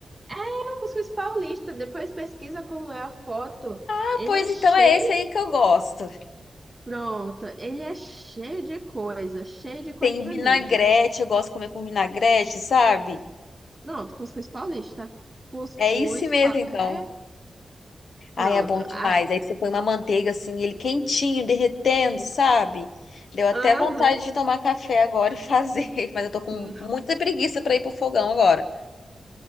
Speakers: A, on the right; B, on the left.
A: É o cuscuz paulista. Depois pesquisa como é a foto.
B: Ah,
A: Ele
B: pois
A: é cheio
B: então é esse aí que eu gosto.
A: Pronto, ele é cheio de coisa, cheio de coisa
B: Tem vinagrete,
A: mesmo.
B: eu gosto de comer com vinagrete, sabe?
A: Pronto, cuscuz paulista. Cuscuz
B: É esse mesmo,
A: pa...
B: então.
A: é pronto.
B: Ai, é bom demais.
A: Ai,
B: Aí você põe uma manteiga assim, ele quentinho, derretendo, sabe? Deu até
A: aham.
B: vontade de tomar café agora e fazer, <laughs> mas eu tô com
A: Hum.
B: muita preguiça pra ir pro fogão agora.